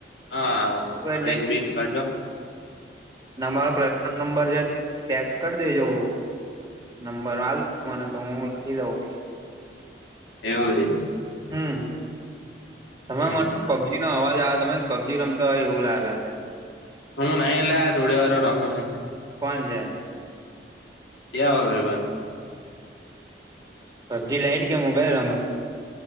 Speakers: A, on the left; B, on the right.
A: હ
B: એટલે
A: રિંગ બિંગ કરજો.
B: નમારો પર્સનલ નંબર જરાક ટેક્સ કર દેજો નંબર આલ મને તો હું લખી દઉં.
A: એવું લીધું.
B: હમ્મ, તમે
A: હમ
B: મ પબજીનો અવાજ આવે તમે પબજી રમતાં હોય એવું લાગે છે.
A: હું નઈ લ્યા જોડેવારો રમે હે.
B: કોન છે?
A: તયા ઓર ભઈબંધ
B: પબજી લાઈટ કે મોબાઈલ રમે?